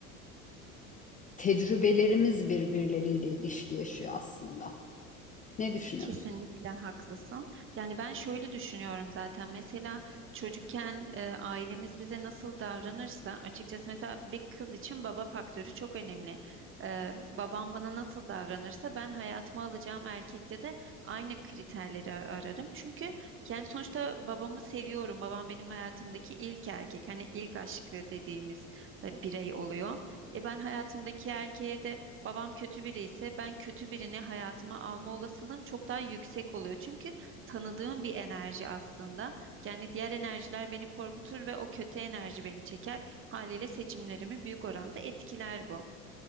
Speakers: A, on the left; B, on the right.
A: tecrübelerimiz birbirleriyle ilişki yaşıyor aslında. Ne düşünüyorsun?
B: Kesinlikle haklısın. Yani ben şöyle düşünüyorum zaten. Mesela çocukken e, ailemiz bize nasıl davranırsa açıkçası mesela bir kız için baba faktörü çok önemli. E, babam bana nasıl davranırsa ben hayatıma alacağım erkekte de aynı kriterleri ararım. Çünkü yani sonuçta babamı seviyorum. Babam benim hayatımdaki ilk erkek. Hani ilk aşkı dediğimiz e, birey oluyor. E ben hayatımdaki erkeğe de Babam kötü biri ise ben kötü birini hayatıma alma olasılığım çok daha yüksek oluyor. Çünkü tanıdığım bir enerji aslında. Yani diğer enerjiler beni korkutur ve o kötü enerji beni çeker. Haliyle seçimlerimi büyük oranda etkiler bu.